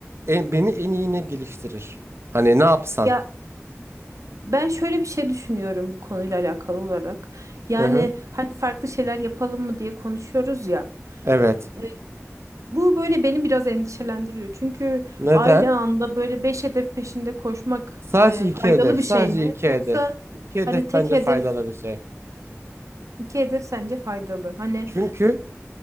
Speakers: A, on the right; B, on the right.
A: en, beni en iyi ne geliştirir? Hani ne yapsan?
B: Ya ben şöyle bir şey düşünüyorum bu konuyla alakalı olarak. Yani
A: Hı hı.
B: hani farklı şeyler yapalım mı diye konuşuyoruz ya.
A: Evet.
B: E, Bu böyle beni biraz endişelendiriyor. Çünkü
A: Neden?
B: aynı anda böyle beş hedef peşinde koşmak
A: Sadece
B: e, faydalı
A: iki hedef.
B: bir
A: Sadece
B: şey mi?
A: iki
B: Yoksa
A: hedef. İki hedef
B: hani tek
A: bence
B: hedef,
A: faydalı bir şey.
B: iki hedef sence faydalı? Hani
A: Çünkü